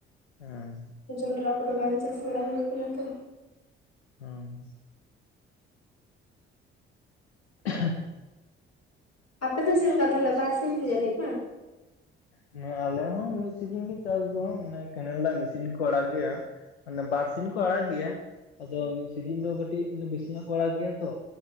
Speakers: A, on the left (about 80°); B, on the left (about 55°).
A: ᱦᱮᱸ
B: ᱡᱚᱸᱰᱨᱟ ᱠᱚᱫᱚ ᱵᱟᱝ ᱪᱟᱥ ᱵᱟᱲᱟ ᱦᱩᱭ ᱠᱟᱱᱟ ᱛᱚ
A: ᱦᱮᱸ ᱦ <unintelligible>
B: ᱟᱯᱮ ᱫᱚ ᱪᱮᱫ ᱞᱮᱠᱟ ᱛᱟᱞᱦᱮ ᱵᱟᱨ ᱥᱤᱧ ᱤᱭᱟᱹ ᱞᱮᱠᱟ
A: ᱦᱩᱸ ᱟᱞᱮ ᱦᱚᱸ ᱢᱤᱫ ᱥᱤᱡᱤᱱ ᱜᱮ ᱪᱟᱥ ᱫᱚ ᱦᱟᱸᱜ ᱢᱟᱱᱮ ᱠᱮᱱᱮᱞ ᱫᱟᱜ ᱢᱮᱥᱤᱱ ᱠᱚ ᱟᱲᱟᱜᱽ ᱜᱮᱭᱟ ᱢᱟᱱᱮ ᱵᱟᱨᱥᱤᱧ ᱠᱚ ᱟᱲᱟᱜ ᱜᱮᱭᱟ ᱟᱫᱚ ᱢᱤᱫ ᱥᱤᱡᱤᱱ ᱫᱚ ᱠᱟᱹᱴᱤᱡ ᱵᱮᱥᱤ ᱧᱚᱜ ᱠᱚ ᱟᱲᱟᱜᱽ ᱜᱮᱭᱟ ᱛᱚ